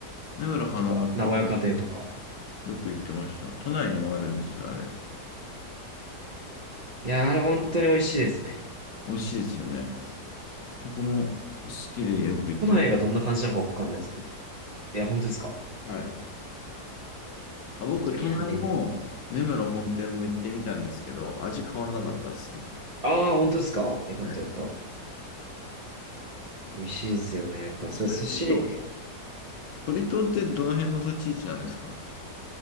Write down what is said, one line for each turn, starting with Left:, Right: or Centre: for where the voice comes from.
Left: 根室花丸とか
Right: とか、名古屋家庭とか。
Left: よく行ってました。都内にもあるんですよ、あれ。
Right: いやー、あれ本当に美味しいですね。
Left: 美味しいですよね。僕も好きでよく行ってます。
Right: 都内がどんな感じなのかわかんないですけど。いや、本当ですか
Left: はい。あ、僕、都内も根室本店も行ってみたんですけど、
Right: いやね。
Left: 味変わんなかったですね。
Right: ああ、本当ですかよかったよかった。
Left: はい。
Right: 美味しいですよね。やっぱ、それ寿司、
Left: それで言うと、トリトンってどの辺の立ち位置なんですか